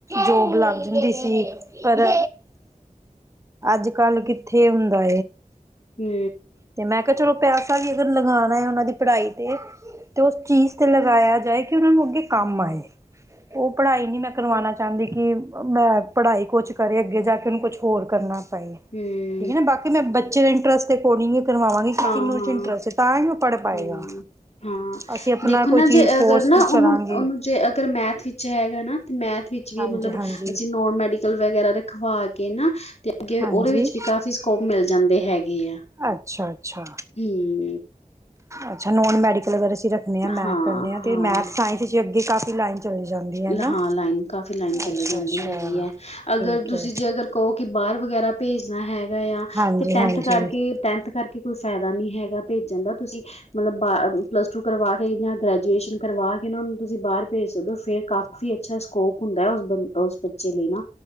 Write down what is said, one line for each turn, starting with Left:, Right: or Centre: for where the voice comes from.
Right: ਜੋਬ ਲੱਗ ਜਾਂਦੀ ਸੀ ਪਰ ਅੱਜ ਕੱਲ ਕਿੱਥੇ ਹੁੰਦਾ
Left: ਹੂੰ
Right: ਤੇ ਮੈਂ ਕਿਆ ਚਲੋ ਪੈਸਾ ਵੀ ਅਗਰ ਲਗਾਨਾ ਏ ਉਨਾਂ ਦੀ ਪੜ੍ਹਾਈ ਤੇ ਤੇ ਉਸ ਚੀਜ਼ ਤੇ ਲਗਾਇਆ ਜਾਏ ਕਿ ਉਨਾਂ ਨੂੰ ਅੱਗੇ ਕੰਮ ਆਏ ਉਹ ਪੜ੍ਹਾਈ ਨਈ ਮੈਂ ਕਰਵਾਉਣਾ ਚਾ‌ ਚਾਂਦੀ ਕਿ ਮੈਂ ਪੜ੍ਹਾਈ ਕੁਛ ਕਰੇ ਅੱਗੇ ਜਾ ਕੇ ਉਨੂੰ ਕੁਛ ਹੋਰ ਕਰਨਾ ਪਏ।
Left: ਹੂੰ
Right: ਠੀਕ ਏ ਨਾ ਬਾਕੀ ਮੈਂ ਬੱਚੇ ਦੇ ਇੰਟਰਸ ਤੇ ਅਕੋਡਿਂਗ ਕਰਵਾਵਾਂਗੇ ਕਿ
Left: ਹਾਂ-ਹਾਂ।
Right: ਇਨੂ ਇਦੇ ਚ ਇੰਟਰਸਟ ਏ, ਤਾਂ ਈ ਉ ਪੜ੍ਹ ਪਾਏਗਾ।
Left: ਹੂੰ, ਹਾਂ
Right: ਅਸੀਂ ਆਪਣਾ
Left: ਦੇਖੋ ਨਾ
Right: ਕੋਈ ਚੀਜ਼
Left: ਜੇ
Right: ਫੋਰਸ
Left: ਅਗਰ ਨਾ
Right: ਕਰਾਂਗੇ
Left: ਉਨੂੰ-ੳਨੂੰ ਜੇ ਅਗਰ ਮੈਥ ਵਿੱਚ ਚ ਹੈਗਾ ਨਾ, ਤੇ ਮੈਥ ਵਿੱਚ ਵੀ
Right: ਹਾਂਜੀ
Left: ਮਤਲਬ
Right: ਹਾਂਜੀ
Left: ਅਸੀਂ ਨੋਨ ਮੈਡੀਕਲ ਵਗੈਰਾ ਰਖਵਾ ਕੇ ਨਾ ਤੇ ਅੱਗੇ
Right: ਹਾਂਜੀ
Left: ਉਦੇ ਵੇਚ ਵੀ ਕਾਫ਼ੀ ਸਕੋਪ ਮਿਲ ਜਾਂਦੇ ਹੈਗੇ ਆ।
Right: ਅੱਛਾ ਅੱਛਾ
Left: ਹੂੰ
Right: ਅੱਛਾ ਨੋਨ ਮੈਡੀਕਲ ਅਗਰ ਅਸੀਂ ਰੱਖਨੇ ਆਂ ਮੈਥ
Left: ਹਾਂ-ਹਾਂ।
Right: ਕਰਨੇ ਆ ਤੇ ਮੈਥ ਸਾਇੰ ਜੇ ਅੱਗੇ ਕਾਫੀ ਲਾਈਨ ਚਲੀ ਜਾਂਦੀ ਹੈ ਨਾ।
Left: ਹਾਂ ਲਾਈਨ ਕਾਫੀ ਲਾਈਨ ਚਲੀ
Right: ਅੱਛਾ
Left: ਜਾਂਦੀ
Right: ਅੱਛਾ।
Left: ਹੈਗੀ ਐ ਅਗਰ
Right: ਠੀਕ
Left: ਤੁਸੀਂ
Right: ਹੈ
Left: ਜੇ ਅਗਰ ਕੋ ਕਿ ਬਾਰ ਵਗੈਰਾ ਭੇਜਨਾ ਹੈਗਾ ਆ
Right: ਹਾਂਜੀ
Left: ਤੇ ਟੈਂਥ
Right: ਹਾਂਜੀ
Left: ਕਰਕੇ ਟੈਂਥ ਕਰਕੇ ਕੋਈ ਫੈਦਾ ਨੀ ਹੈਗਾ ਭੇਜਨ ਦਾ ਤੁਸੀਂ ਮਲਬ ਬਾ ਪਲੱਸ ਟੂ ਕਰਵਾ ਕੇ ਯਾਂ ਗ੍ਰੈਜੂਏਸ਼ਨ ਕਰਵਾ ਕੇ ਨਾ ੳਨੂੰ ਤੁਸੀਂ ਬਾਰ ਭੇਜ ਸਕਦੇ ੳ, ਫੇਰ ਕਾਫ਼ੀ ਅੱਛਾ ਸਕੋਪ ਹੁੰਦੈ ਉਸ ਬ ਉਸ ਬੱਚੇ ਲਈ ਨਾ।